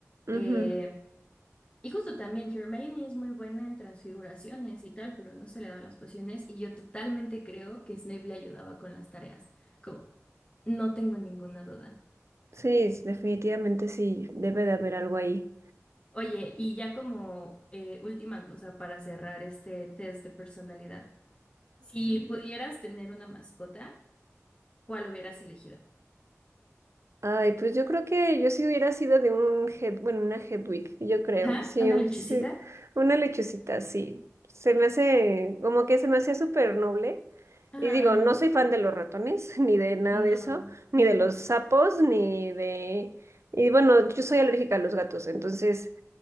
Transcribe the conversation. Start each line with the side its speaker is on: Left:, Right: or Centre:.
Right: ujú.
Left: Eh, Y justo también Hermione es muy buena en transfiguraciones y tal, pero no se le dan las pociones y yo totalmente creo que Snape le ayudaba con las tareas, como no tengo ninguna duda.
Right: Sí, es- definitivamente sí, debe de haber algo ahí.
Left: Oye, y ya como eh, última cosa para cerrar este test de personalidad, si pudieras tener una mascota, ¿cuál hubieras elegido?
Right: Ay, pues yo creo que yo si hubiera sido de un head, bueno, una Hedwig, yo creo,
Left: ¿Ah?
Right: sí,
Left: ¿Una
Right: o-
Left: lechucita?
Right: sí, una lechucita, sí. Se me hace, como que se me hacía súper noble.
Left: Ah,
Right: Y digo, no soy fan de los ratones, <laughs> ni de nada
Left: no.
Right: de eso, ni
Left: Ujú.
Right: de los sapos, ni de... Y bueno, yo soy alérgica a los gatos, entonces